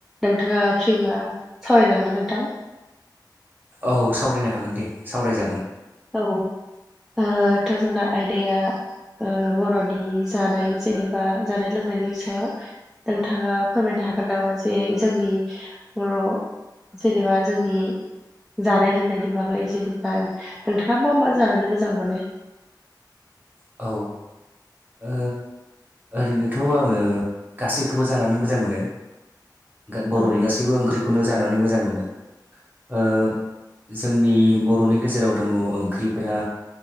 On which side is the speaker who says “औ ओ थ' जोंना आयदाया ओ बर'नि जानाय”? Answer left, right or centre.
Centre